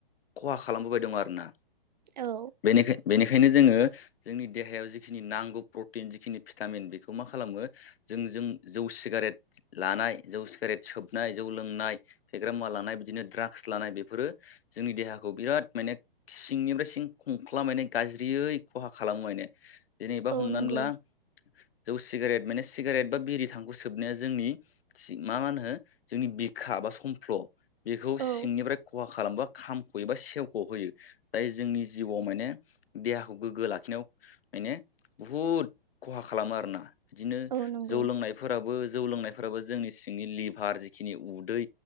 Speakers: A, on the left; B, on the right.
A: खहा खालामबोबाय दं आरोना।
B: औ
A: बेनि बेनिखायनो जों जोङो जोंनि देहायाव जिखनि नांगौ प्रटिन जिखिनि भिटामिन बेखौ मा खालामो जों जों जौ सिगारेट लानाय जौ सिगारेट सोबनाय जौ लोंनाय फेग्रा मुवा लानाय बिदिनो द्राग <unintelligible> लानाय बेफोरो जोंनि देहाखौ बिराद माने सिंनिफ्राय सिं खुंख्ला मे गाज्रियै खहा खालामो माने जेनेबा
B: औ
A: हमनानै
B: नंगौ
A: ला जौ सिगारेट माने सिगारेट बा बिरि थांखु सोबनाया जोंनि मा मा होनो जोंनि बिखा बा समफ्ल। बेखौ
B: औ
A: सिंनिफ्राय खहा खालामोबा खामखयोबा एबा सेवख होयो दायो जोंनि जिउआव माने देहाखौ गोग्गो लाखिनायाव माने बुहुद खहा खालामो आरोना बिदिनो
B: औ नंगौ
A: जौ लोंनायफोराबो जौ लोंनायफोराबो जोंनि सिंनि लिभार जिखिनि उदै